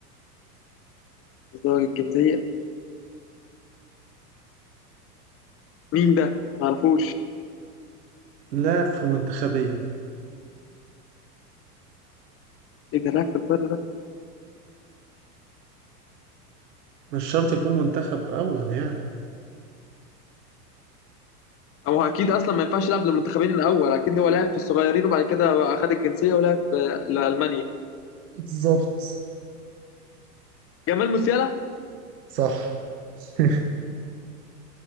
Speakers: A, on the left (about 30°); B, on the right (about 80°).
A: ازدواج الجنسية مين ده؟ معرفوش
B: لاعب في منتخبين
A: إيه ده لاعب في البايرن ده
B: مش شرط يكون منتخب أول يعني
A: هو اكيد اصلا ما ينفعش يلعب للمنتخبين الاول اكيد هو لعب في الصغيرين وبعد كده بقى خد الجنسيه ولعب في لالمانيا
B: بالظبط
A: جمال موسيالا
B: صح <laughs>